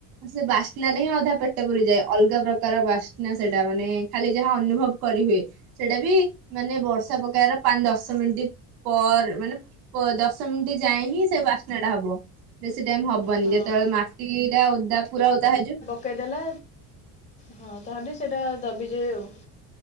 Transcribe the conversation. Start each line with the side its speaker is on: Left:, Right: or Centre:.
Right: ସେ ବାସ୍ନାରେ ହିଁ ଅଧା ପେ ଟ ପୁରି ଯାଏ ଅଲଗା ପ୍ରକାର ବାସ୍ନା ସେଇଟା ମାନେ ଖାଲି ଯାହା ଅନୁଭବ କରିହୁଏ। ସେଇଟା ବି ମାନେ ବର୍ଷା ପକାଇବାର ପାଞ୍ଚ ଦଶ ମିଣ୍ଟି ପର ମାନେ। ପ ଦଶ ମିଣ୍ଟି ଯାଏଁ ହିଁ ସେ ବାସ୍ନା ଟା ହବ ବେଶୀ ଟାଇମ ହବ ବନି
Left: ହଁ
Right: ଯେତବଳେ ମାଟି ଟା ଓଦା ପୁରା ଓଦା ହେଇଯିବ।
Left: କେଇଦେଲେ ହଁ ତାହେଲେ ସେଇଟା ଦବି ଯାଏ ଆଉ।